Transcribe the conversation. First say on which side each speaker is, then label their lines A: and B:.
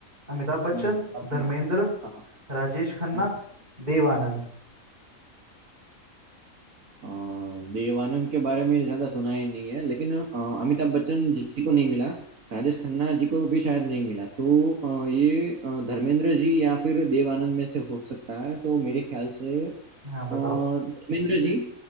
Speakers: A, on the right; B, on the right.
A: अमिताभ
B: हम्म
A: बच्चन
B: okay.
A: धर्मेंद्र
B: हाँ
A: राजेश खन्ना
B: हम्म।
A: देव आनंद
B: अ, देवानंद के बारे में ज्यादा सुना ही नहीं है लेकिन अ, अमिताभ बच्चन जी को नहीं मिला राजेश खन्ना जी को भी शायद नहीं मिला तो अ, ये अ, धर्मेंद्र जी या फिर देवानंद में से हो सकता है तो मेरे ख्याल से अ,
A: हाँ बताओ
B: धर्मेंद्र जी